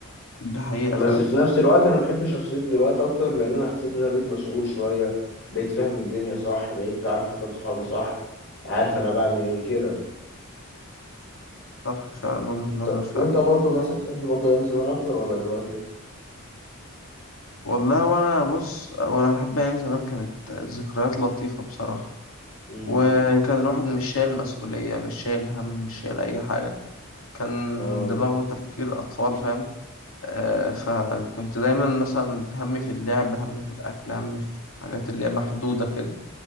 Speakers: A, on the left (about 75°); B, on the left (about 55°).
A: ده حقيقة
B: بس
A: فعلا
B: في نفس الوقت انا بحب شخصيتي دلوقتي اكتر لان انا حسيت ان انا بقيت مسؤول شويه بقيت فاهم الدنيا صح بقيت عارف اختار صحابي صح عارف انا بعمل ايه كده
A: صح فعلا وجهة نظر
B: طب
A: فعلا
B: وانت برضو مثلا تحب برضو ايام زمان اكتر ولا دلوقتي
A: والله وانا بص وانا بحب ايام زمان كانت ذكريات لطيفة بصراحة
B: امم
A: وكان الواحد مش شايل مسؤولية مش شايل هم مش شايل اي حاجة كان
B: اه
A: دماغه تفكير اطفال فاهم آه فكنت دايما مثلا همي في اللعب همي في الاكل همي في حاجات اللي هي محدودة كده